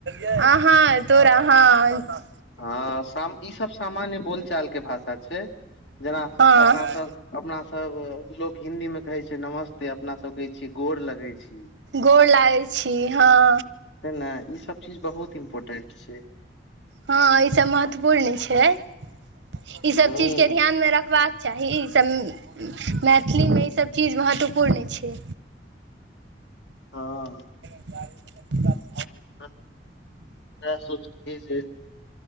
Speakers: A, on the right (about 90°); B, on the left (about 80°).
A: अहाँ हाँ तोरा हाँ
B: हाँ इ सब सामान्य बोलचालके भाषा छैय जेना
A: हँ
B: अपनासभ अपना सब लोक हिदी मे कहे छैय नमस्ते अपना सब कहै छियै गोर लगे छी।
A: गोर लागै छी हाँ
B: छै ने इ सब चीज बहुत इम्पोर्टेंट छैय।
A: हाँ इ सब महत्वपूर्ण छैय इ सब
B: हूँ
A: चीज के ध्यान मे रखबाक चाही ईसभ मैथिलीमे ईसभ चीज महत्वपूर्ण छै
B: हाँ
A: गाड़ी मतलब पुट
B: हम इएह सोचल जे